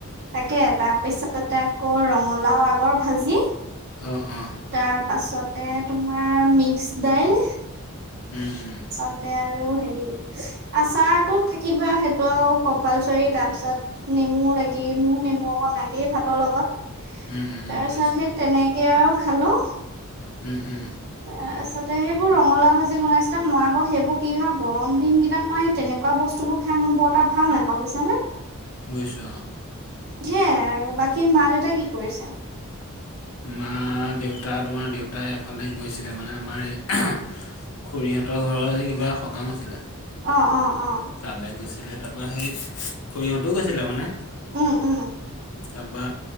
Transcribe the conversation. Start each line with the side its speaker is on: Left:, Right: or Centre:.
Right: তাকে তাৰপিছতে আকৌ ৰঙালাও আগৰ ভাজি
Left: আহ অ
Right: তাৰ পাছতে তোমাৰ মিক্স দাইল
Left: উম উম
Right: তা আৰু হেৰি আচাৰতো থাকিবই আৰু সেইটো আৰু কম্পালচৰি তাৰপিছত নেম লাগে মন নে মোৰ অক লাগেই ভাতৰ লগত
Left: উম উম
Right: তাৰপিছত
Left: বুজিছো
Right: সেই তেনেকে আৰু খালো
Left: উম উম
Right: ত সেইবোৰ ৰঙলা ভাজি বনাইছিলা মই আকৌ সেইবোৰ কি হয় গৰম দিন কেইিনাত মই সেই তেনেকুৱা বস্তু বোৰ খাম বৰ্তটা ভাল নাপাওঁ বুিছাানে
Left: উছা
Right: হে আৰু বাকী মা দোউতাই কি কৰিছে
Left: মা দেউতা তোমাৰ দেউতাই এফালে গৈছিলে মানে আমাৰ খুৰীহঁতৰ ঘৰত আজি কিবা এটা সকাম আছিলে
Right: অ অ অ
Left: তালে গৈছিলে তাৰ পৰাা সেই খৰিহঁতো গৈছিলে মানে
Right: উম উম
Left: তাৰপৰা